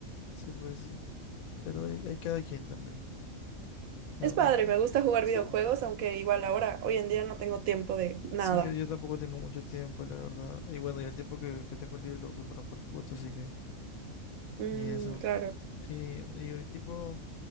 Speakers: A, on the left; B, on the right.
A: Sí, pues, sí. Pero hay, hay cada quien también. A
B: Es padre,
A: ver.
B: me gusta jugar
A: Sí.
B: videojuegos, aunque igual ahora, hoy en día no tengo tiempo de nada.
A: Sí, yo, yo tampoco tengo mucho tiempo, la verdad. Y bueno, y el tiempo que, que tengo libre lo uso para jugar fútbol, así que
B: Mm,
A: ni eso.
B: claro.
A: Sí, y el tipo,